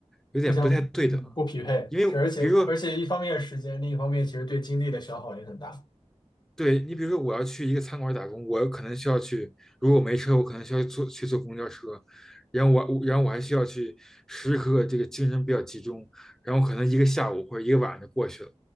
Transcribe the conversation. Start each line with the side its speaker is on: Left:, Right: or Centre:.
Centre: 有点不太对等，
Left: 互相嗯不匹配，
Centre: 因为比如说
Left: 是而且而且一方面是时间，另一方面其实对精力的消耗也很大。
Centre: 对你，比如说我要去一个餐馆打工，我有可能需要去，如果没车，我可能需要坐去坐公交车，然后我然后我还需要去时时刻刻这个精神比较集中，然后可能一个下午或者一个晚上就过去了，